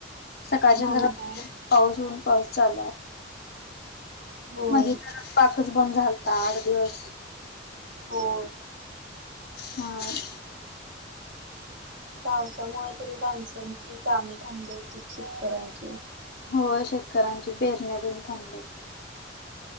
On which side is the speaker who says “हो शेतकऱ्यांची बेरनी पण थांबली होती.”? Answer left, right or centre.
Left